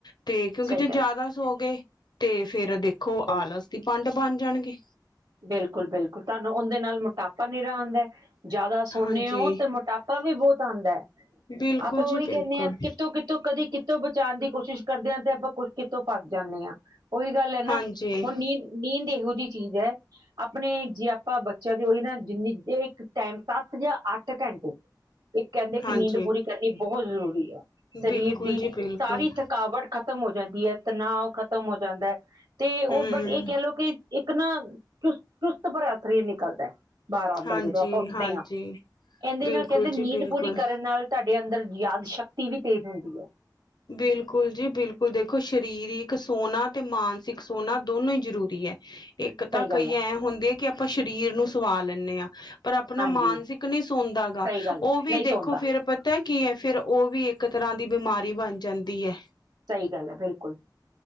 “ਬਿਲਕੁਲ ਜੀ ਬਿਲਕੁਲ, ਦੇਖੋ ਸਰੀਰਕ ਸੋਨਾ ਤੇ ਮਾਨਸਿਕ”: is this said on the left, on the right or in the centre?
Left